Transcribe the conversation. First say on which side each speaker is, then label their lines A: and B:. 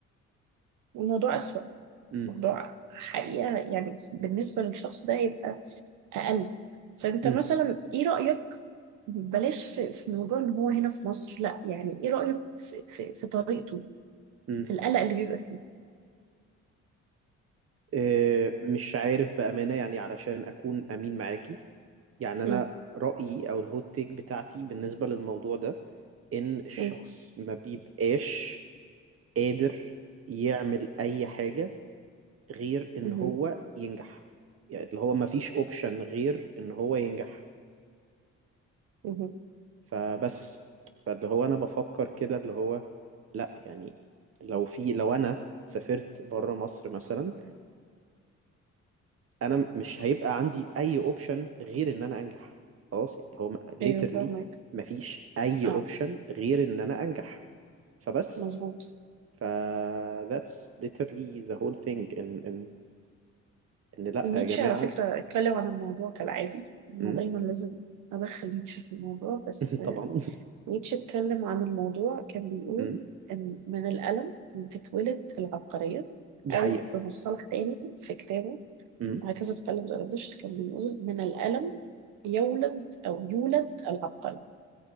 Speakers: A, on the right (about 85°); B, on the right (about 50°).
A: الموضوع أسوأ
B: امم
A: موضوع حقيقة يعني بالنسبة للشخص ده هيبقى أقل فأنت
B: امم
A: مثلا إيه رأيك بلاش في, في موضوع إن هو هنا في مصر لا يعني إيه رأيك في, في, في طريقته
B: امم
A: في القلق اللي بيبقى فيه
B: آه، مش عارف بأمانة يعني علشان أكون أمين معاكي يعني
A: مم.
B: انا رأيي او الهوت تيك بتاعتي بالنسبة للموضوع ده ان الشخص
A: مم.
B: ما بيبقاش قادر يعمل اي حاجة غير ان
A: مهم.
B: هو ينجح يعني اللي هو ما فيش اوبشن غير ان هو ينجح
A: مهم.
B: فبس فاللي هو انا بفكر كده اللي هو لا يعني لو في لو انا سافرت بره مصر مثلا انا مش هيبقى عندي اي اوبشن غير ان انا انجح خلاص يعني هو ليترلي
A: ايوه فاهمك
B: مفيش اي
A: اه
B: اوبشن غير ان انا انجح فبس
A: مظبوط
B: ف that's literally the whole thing إن إن إن لأ
A: نيتشه
B: يا جماعة
A: على فكرة اتكلم عن الموضوع كالعادي انا
B: أمم،
A: دايما لازم ادخل نيتشه في الموضوع بس
B: <laughs> طبعا
A: نيتشه اتكلم عن الموضوع كان بيقول
B: أمم،
A: ان من الألم بتتولد العبقرية
B: دي
A: او
B: حقيقة
A: بمصطلح تاني في كتابه
B: أمم،
A: وهكذا اتكلم زرادشت كان بيقول من الألم يولد او يولد العبقري